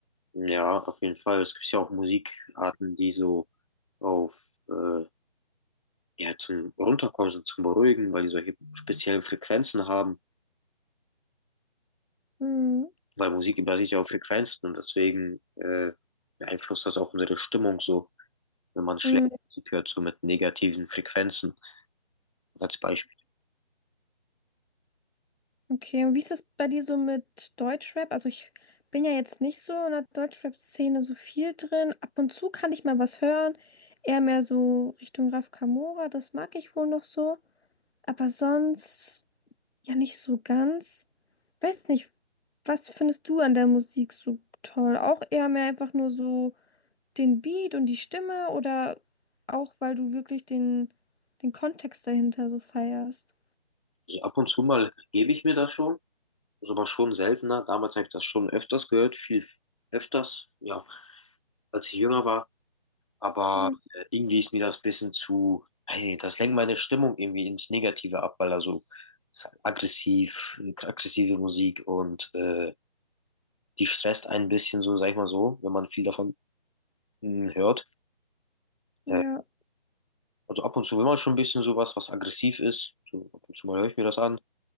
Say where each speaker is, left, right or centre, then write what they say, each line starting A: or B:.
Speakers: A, on the left; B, on the left.
A: Ja, auf jeden Fall. Es gibt ja auch Musikarten, die so auf, äh, ja, zum Runterkommen sind, zum Beruhigen, weil die solche speziellen Frequenzen haben.
B: Mhm.
A: Weil Musik basiert ja auf Frequenzen und deswegen äh, beeinflusst das auch unsere Stimmung so, wenn man schlechte
B: Mhm.
A: Musik hört, so mit negativen Frequenzen als Beispiel.
B: Okay, und wie ist das bei dir so mit Deutschrap? Also ich bin ja jetzt nicht so in der Deutschrap-Szene so viel drin. Ab und zu kann ich mal was hören. Eher mehr so Richtung Raf Camora, das mag ich wohl noch so. Aber sonst. Ja, nicht so ganz. Weiß nicht, was findest du an der Musik so toll? Auch eher mehr einfach nur so den Beat und die Stimme oder auch, weil du wirklich den, den Kontext dahinter so feierst?
A: Also ab und zu mal gebe ich mir das schon, ist aber schon seltener. Damals habe ich das schon öfters gehört, viel f- öfters, ja, als ich jünger war. Aber
B: Hm,
A: äh, irgendwie ist mir das ein bisschen zu, weiß ich nicht, das lenkt meine Stimmung irgendwie ins Negative ab, weil da so ist halt aggressiv, aggressive Musik und äh, die stresst einen ein bisschen so, sag ich mal so, wenn man viel davon mh, hört.
B: Ja,
A: Äh, also ab und zu will man schon ein bisschen sowas, was aggressiv ist. So, ab und zu mal höre ich mir das an,